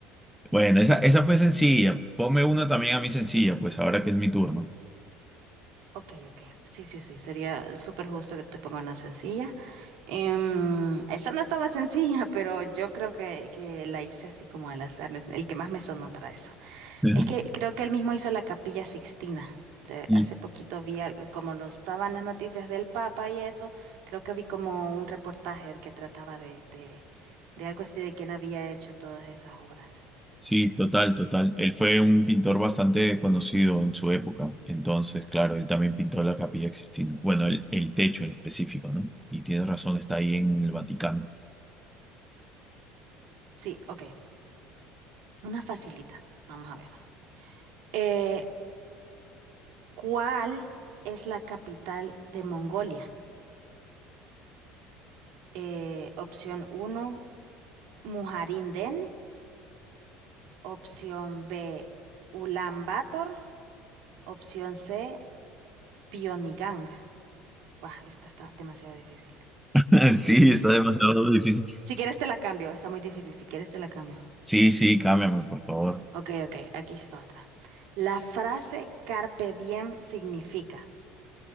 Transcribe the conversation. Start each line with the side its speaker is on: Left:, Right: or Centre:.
Centre: Bueno, esa, esa fue sencilla. Ponme una también a mí sencilla, pues ahora que es mi turno.
Right: Ok, ok. Sí, sí, sí. Sería súper justo que te ponga una sencilla. Em, esa no estaba <laughs> sencilla, pero yo creo que, que la hice así como al azar. El que más me sonó para eso.
Centre: <laughs>
Right: Es que creo que él mismo hizo la Capilla Sixtina. Te-
Centre: Sí,
Right: Hace poquito vi, al- como lo estaban las noticias del Papa y eso, creo que vi como un reportaje que trataba de, de, de algo así de quién había hecho todas esas obras.
Centre: sí, total, total. Él fue un pintor bastante conocido en su época. Entonces, claro, él también pintó la Capilla Sixtina. Bueno, el, el techo en específico, ¿no? Y tienes razón, está ahí en el Vaticano.
Right: Sí, ok. Una facilita. Vamos a ver. Eh, ¿cuál es la capital de Mongolia? Eh, opción 1, Mujarinden. Opción B, Ulan Bator. Opción C, Pionigang. Buah, esta está demasiado difícil.
Centre: <laughs> Sí, está demasiado difícil.
Right: Si quieres te la cambio, está muy difícil. Si quieres te la cambio.
Centre: Sí, sí, cámbiame, por favor.
Right: Ok, ok, aquí está otra. La frase carpe diem significa